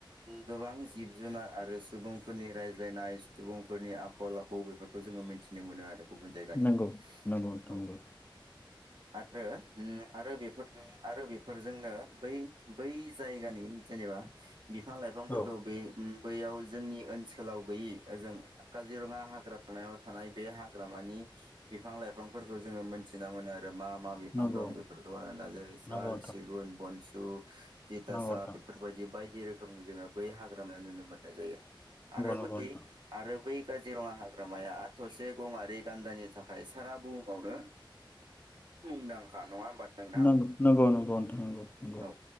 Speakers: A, on the right; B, on the left.
A: गोबां जिब जुनार आरो सुबुंफोरनि रायज्लायनाय सुबुंफोरनि आखल आखु बेफोरखौ जोङो मिथिनो मोनो आरो गुबुन जायगानि
B: नंगौ नंगौ नोंथां
A: औ
B: नंगौ
A: आरो आरो बेफोर आरो बेफोरजोंनो बै बै जायगानि जेनेबा बिफां लाइफांफोरखौ
B: औ
A: बे बैयाव जोंनि ओनसोलाव गैयै ओजों काजिरङा हाग्रामायाव थानाय बे हाग्रामानि बिफां लाइफांफोरखौ जोङो मोनथिना मोनो आरो रो मा मा बिफां
B: नंगौ
A: दं बेफोरखौ आरोना जेरै साल
B: नंगौ
A: सिगुन बनस दु थिथासा
B: नंगौ
A: बेफोरबायदि बाय जि रोखोमनि जोङो बै हाग्रामायाव नुनो मोननाय जायो आरो
B: नोंथां
A: बै आरो बै काजिरङा हाग्रामाया थसे गंआरि गान्दानि थाखाय सारा बुहुमावनो मुंदांखा नङा नोंथां
B: नों नंगौ नं गौ नोंथां नंगौ नंगौ
A: औ